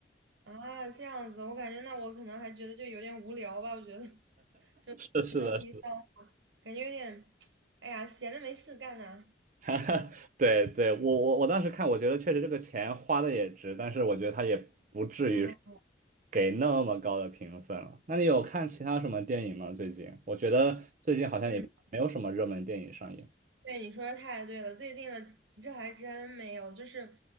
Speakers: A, on the right; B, on the right.
A: 啊，这样子，我感觉那我可能还觉得就有点无聊吧，我觉得 <laughs> 就屎尿屁笑话，
B: 是是的，
A: 感觉有点，<tsk> 哎呀，闲的没事干呐、啊，
B: <laughs> 对对，我我我当时看，我觉得确实这个钱花的也值，但是我觉得他也不至于
A: 嗯、
B: 给那么高的评分了。那你有看其他什么电影吗？最近我觉得最近好像也没有什么热门电影上映，
A: 变对，你说的太对了，最近的这还真没有，就是，